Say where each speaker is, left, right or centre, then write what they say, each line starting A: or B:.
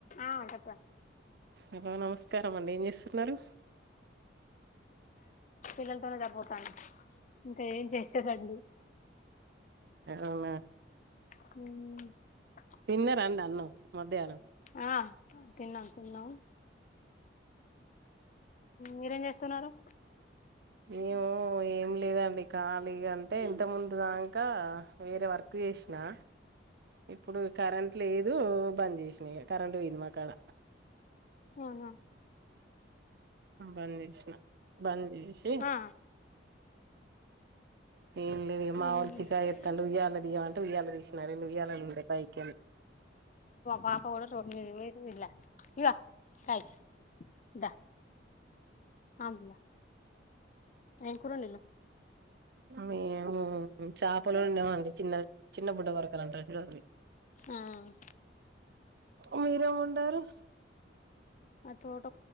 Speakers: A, on the left (about 45°); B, on the right (about 60°).
A: ఆ చెప్పరా
B: ఇప్ప నమస్తే కారం అండి ఏం చేస్తున్నారు
A: పిల్లలు పనే సరిపోతుంది ఇంకా చేసేటట్టు లేదు
B: అవునా
A: హ
B: పన్న రండ అన్నం మధ్యహనం
A: ఆ తిన్నాను తిన్నావు మీరేం చేస్తున్నారు
B: ఏమో ఏం లేదండి ఖాళీ అంటే ఇంత ముందు దాక వేరే వర్క్ చేసినా ఇప్పుడు కరెంట్ లేదు బంద్ చేసిన ఇగ కరెంట్ పోయింది మాకాడ
A: అవునా
B: బంద్ చేసిన బంద్ విష
A: ఆ
B: ఏంటిది మా
A: ఇగో
B: వాళ్ళు చికాక్ చేస్తారు ఉయ్యాల తియ్యమంట ర విలినెండు విల
A: పాప కూడా రమి ఇల్ ఇగో కాయ్ దా ఆమ్ ఏం కూర వండినవ్
B: మేము చేపలు ఉండేవాండి చిన్న చిన్న బుడ్డ వొరకలు అంతారు చ
A: హామ్
B: మీరేం వండారు
A: మా తోట